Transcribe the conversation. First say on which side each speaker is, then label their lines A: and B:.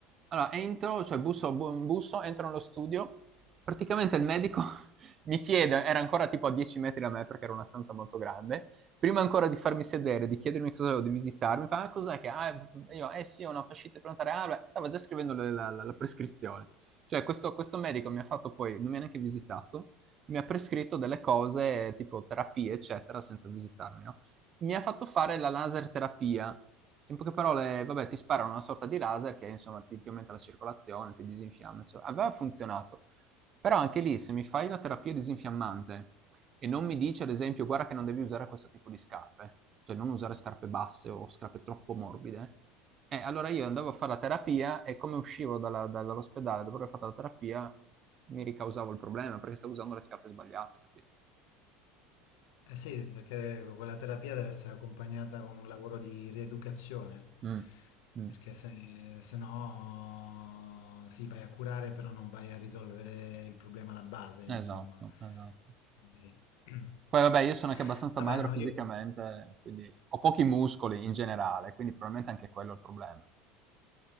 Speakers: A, on the right (about 40°); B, on the left (about 65°).
A: allora entro, cioè busso, bu- busso, entro nello studio, praticamente il medico <laughs> mi chiede, era ancora tipo a 10 metri da me perché era una stanza molto grande, prima ancora di farmi sedere, di chiedermi cosa avevo, di visitarmi, mi fa, ah, cos'è che, ah, io, eh sì, ho una fascite plantare, ah, beh, stava già scrivendo le- la, la- la prescrizione. Cioè questo, questo medico mi ha fatto poi, non mi ha neanche visitato, mi ha prescritto delle cose tipo terapie, eccetera, senza visitarmi, no? Mi ha fatto fare la laser terapia. In poche parole, vabbè, ti sparano una sorta di laser che insomma ti, ti aumenta la circolazione, ti disinfiamma, eccetera. Aveva funzionato. Però anche lì, se mi fai la terapia disinfiammante e non mi dici, ad esempio, guarda che non devi usare questo tipo di scarpe, cioè non usare scarpe basse o scarpe troppo morbide, eh, allora io andavo a fare la terapia e come uscivo dalla- da- dall'ospedale dopo aver fatto la terapia mi ricausavo il problema perché stavo usando le scarpe sbagliate, capito?
B: Eh sì, perché quella terapia deve essere accompagnata con un lavoro di rieducazione,
A: Mm, mm.
B: perché se, se no sì, vai a curare, però non vai a risolvere il problema alla base, insomma.
A: Esatto, esatto.
B: Quindi Sì. <clears throat>
A: Poi vabbè, io sono anche abbastanza
B: Vabbè,
A: magro
B: no,
A: fisicamente,
B: io...
A: quindi ho pochi muscoli in generale, quindi probabilmente anche quello è il problema.